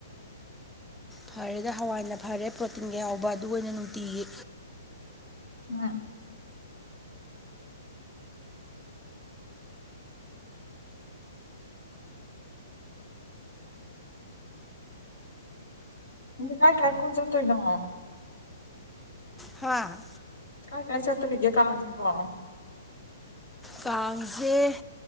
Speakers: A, in the centre; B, on the left.
A: ꯐꯔꯦꯗ ꯍꯋꯥꯏꯅ ꯐꯔꯦ ꯄ꯭ꯔꯣꯇꯤꯟꯒ ꯌꯥꯎꯕ ꯑꯗꯨꯒ ꯑꯣꯏꯅ ꯅꯨꯡꯇꯤꯒꯤ
B: ꯑꯝ ꯀꯥꯏ ꯀꯥꯏ ꯀꯣꯏ ꯆꯠ ꯇꯣꯏꯅꯣ
A: ꯍꯥꯥ
B: ꯀꯥꯏ ꯀꯥꯏ ꯆꯠꯇꯣꯔꯤꯒꯦ ꯀꯥꯡꯁꯤꯕꯣ
A: ꯀꯥꯡꯖꯦ